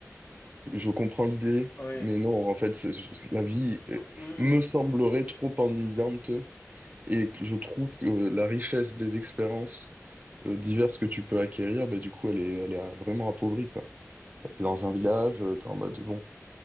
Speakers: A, on the right; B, on the left.
A: Je comprends l'idée,
B: Oui,
A: mais non, en fait, c'est- c'est- la vie euh,
B: oui, oui.
A: me semblerait trop ennuyante et que je trouve que la richesse des expériences euh, diverses que tu peux acquérir, bah, du coup, elle est, elle est euh, vraiment appauvrie, quoi. T'es dans un village, euh, t'es en mode, bon,